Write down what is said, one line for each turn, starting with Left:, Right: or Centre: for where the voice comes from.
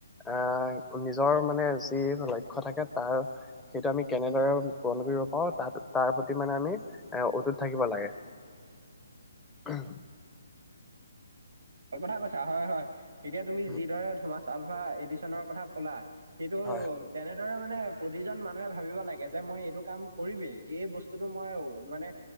Centre: আহ নিজৰ মানে যি লক্ষ্ থাকে তাৰ সেইটো আমি কেনেদৰে গণ কৰিব পাৰো তাত তাৰ প্ৰতি মানে আমি এ অতুত থাকিব লাগে
Right: <inaudible>
Centre: উম
Right: অ কথা কৈছা হয় হয় এতিয়া তুমি
Centre: হয়
Right: যিদৰে থমাচ আলফা এডিশনৰ কথা ক'লা সেইটো
Centre: হয়
Right: তেনেদৰে মান নে প্ৰতিজন মানুহে ভাবিব লাগে যে মই এইটো কাম কৰিমেই এই বস্তুটো মই মানে